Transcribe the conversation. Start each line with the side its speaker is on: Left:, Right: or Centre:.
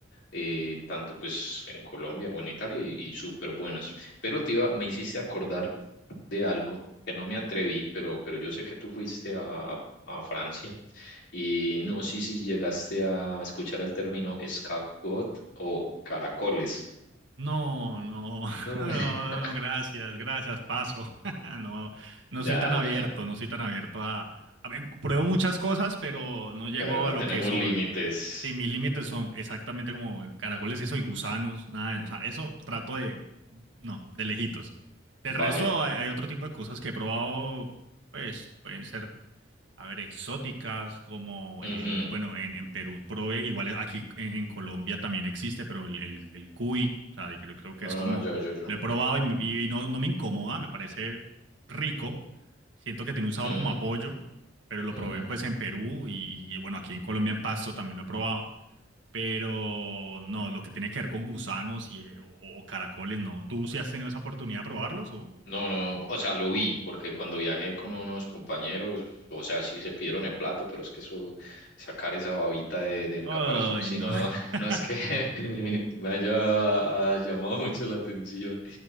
Left: eh, tanto pues en Colombia o en Italia y, y súper buenas. Pero te iba- me hiciste acordar de algo que no me atreví, pero, pero yo sé que tú fuiste a, a Francia. Y no sé si llegaste a escuchar el término escargot o caracoles.
Right: No, no, <laughs>
Left: No,
Right: no,
Left: <laughs>
Right: no, gracias, gracias, paso. <laughs> No, no
Left: ya,
Right: soy tan abierto,
Left: ya.
Right: no soy tan abierto a, a ver, pruebo muchas cosas, pero no llego
Left: Pero
Right: a lo
Left: tenemos
Right: que son.
Left: límites.
Right: Sí, mis límites son exactamente como caracoles y soy gusanos, nada, de- o sea, eso trato de, no, de lejitos. Del
Left: Vale.
Right: resto hay, hay otro tipo de cosas que he probado, pues pueden ser. A ver, exóticas como el,
Left: Ujú.
Right: bueno, en, en Perú probé, igual aquí en, en Colombia también existe, pero el, el, el cuy, o sea, creo, creo que
Left: Ah,
Right: es como,
Left: yo, yo, yo.
Right: lo he probado y, me- y no, no me incomoda, me parece rico, siento que tiene un sabor
Left: Mm.
Right: como a pollo, pero lo
Left: Mm.
Right: probé pues en Perú y, y, bueno, aquí en Colombia en Pasto también lo he probado, pero no, lo que tiene que ver con gusanos y, eh, o, o caracoles, no. ¿Tú sí has tenido esa oportunidad de probarlos o?
Left: No, no, o sea, lo vi, porque cuando viajé con unos compañeros, o sea, sí se pidieron el plato, pero es que eso, sacar esa babita de- del
Right: Ay,
Left: caparazón, si
Right: no.
Left: no, <laughs>
Right: <laughs>
Left: no es que <laughs> me haya ah, llamado mucho la atención.